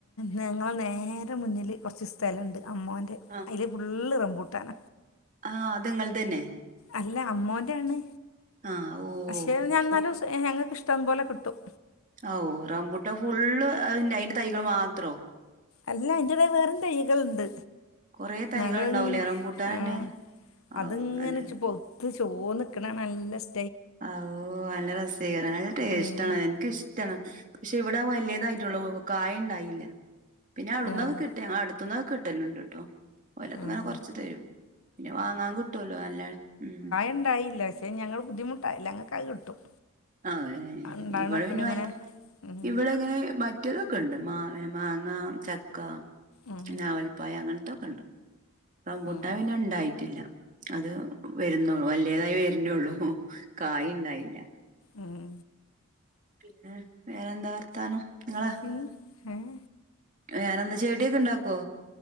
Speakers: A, on the left; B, on the right.
A: ഞങ്ങളെ നേരെ മുന്നില് കൊർച് സ് സ്ഥലണ്ട് അമ്മോന്റെ
B: ആഹ്
A: അതില് ഫുള്ള് റംമ്പൂട്ടാന.
B: ആഹ് അത്ങ്ങൾതന്നെ.
A: അല്ല അമ്മോന്റാണ്
B: ആഹ് ഓഹ്
A: പക്ഷെ ഞാൻ എന്നാലും ഞങ്ങൾക്ക് ഇഷ്ടം പോലെ കിട്ടും.
B: ഓഹ് റംമ്പുട്ടാൻ ഫുള്ള് അയിന്റെ തൈകള് മാത്രോ?
A: അല്ല അയിന്റെടെ വേറും തൈകളുണ്ട്
B: കൊറേ തൈകൾ
A: ന്നാലും
B: ഉണ്ടാവൂലേ റംബുട്ടാൻ തന്നെ
A: ആഹ് അത്ങ്ങനെ
B: ഔ നല്ല
A: പഴുത്ത് ചോന്ന്ക്കണ കാണാ നല്ല സ്
B: ഓഹ് നല്ല രസേക്കാരം നല്ല ടേസ്റ്റ്
A: ഉം
B: ആണ് എനിക്കിഷ് ടാണ് പക്ഷെ ഇവിടെ വലിയതായിട്ടുള്ളൂ. കായ ഉണ്ടായില്ല പിന്നെ അവിടുുന്നത്
A: ആഹ്
B: കിട്ട് ഞങ്ങളെ അടുത്തുന്നൊക്കെ കിട്ടല്ണ്ട്ട്ടോ. ഓലൊക്കെങ്ങനെ
A: ആഹ്
B: കൊറച്ച് തരും പിന്നെ വാങ്ങാൻ കിട്ടുവല്ലോ നല്ല ഉം
A: എന്തായില്ല. പക്ഷെ ഞങ്ങൾ ബുദ്ധിമുട്ടായില്ല ഞങ്ങൾകത് കിട്ടും.
B: അതെ
A: ഉണ്ടാവണൊക്കെ
B: ഇവിടെ പിന്നെ
A: ഇങ്ങനെ ഉം
B: ഇവിടെ ഇങ്ങനെ മ റ്റതൊക്കെ ഉണ്ട് മാ മാങ്ങ ചക്ക
A: ഉം
B: പിന്നെ ഞാവൽപ്പഴം അങ്ങനത്തൊക്കെണ്ട്. റമ്പുട്ടാൻ
A: ഉം
B: പിന്നെ ണ്ടായിട്ടില്ല. അത് വരുന്നുള്ളു വല്ല്യതായി വരുന്നുള്ളൂ കായണ്ടായില്ല.
A: ഉം
B: പിന്നെ വേറെന്താ വർത്താനം ഇങ്ങളെ.
A: ഉം ഏഹ്
B: വേറെന്താ ചെടിയൊക്കെണ്ടാക്കോ?